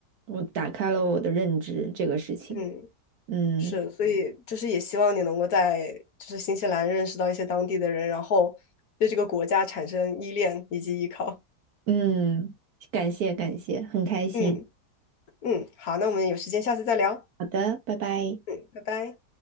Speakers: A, on the right; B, on the left.
A: 我打开了我的认知，这个事情。
B: 嗯。
A: 嗯
B: 是，所以就是也希望你能够在就是新西兰认识到一些当地的人，然后对这个国家产生依恋以及依靠。
A: 嗯，感谢感谢，很开心。
B: 嗯嗯，好，那我们有时间下次再聊。
A: 好的，拜拜。
B: 嗯，拜拜。